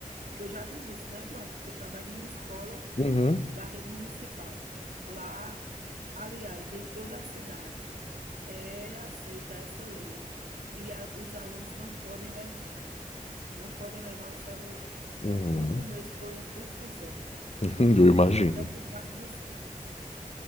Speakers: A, on the right; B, on the left.
A: que eu já te disse, né, Eduardo, que eu trabalho numa escola
B: Uhum.
A: da rede municipal. Lá, aliás, em toda a cidade, é aceita essa lei e a, os alunos não podem levar, não podem levar o celular.
B: Uhum.
A: No começo
B: <laughs>
A: foi uma confusão,
B: Uhum, Eu imagino.
A: até por parte dos pais.